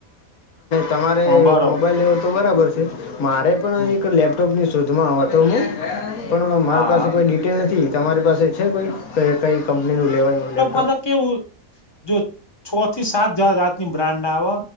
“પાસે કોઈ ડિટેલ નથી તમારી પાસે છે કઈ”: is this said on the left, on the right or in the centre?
Left